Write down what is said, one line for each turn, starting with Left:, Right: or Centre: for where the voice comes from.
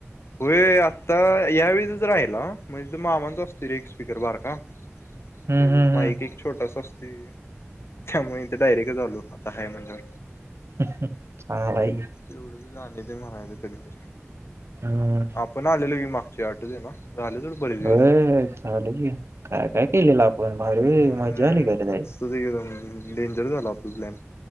Left: हो आता यावेेळीचच राहिला, म्हणजे मामांच असतील रे एक स्पीकर बारका. ते
Right: हम्म हम्म
Left: माईक
Right: हम्म
Left: एक छोटस असतोय. त्यामुळे इथ डायरेक्ट आलो. हाय म्हणून.
Right: हा नाहीय.
Left: तेवढंच ते म्हणायच कधीरी
Right: हम्म
Left: आपण आलेल की मागच्या आठवते ना? झाले थोड बरे दिवस.
Right: होय होय चालू की काय काय केलेलं आपण भारी
Left: अ
Right: मजा आली खरं
Left: मज
Right: जायला
Left: तु तिकडं न, डेंजर झाला आपला प्लॅन.